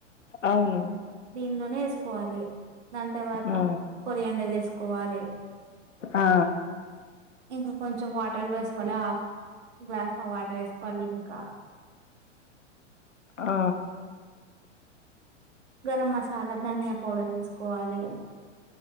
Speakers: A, on the left; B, on the right.
A: అవును
B: దీనిలోనే వేసుకోవాలి దాని తర్వాత
A: ఆ
B: కొరియాండర్ వేసుకోవాలే
A: ఆ
B: ఇంకా కొంచెం వాటర్ కూడా వేసుకోవాలే ఆఫ్ గ్లాస్ ఆఫ్ వాటర్ వేసుకోవాలి ఇంకా
A: ఆ
B: గరం మసాలా ధనియా పౌడర్ వేసుకోవాలి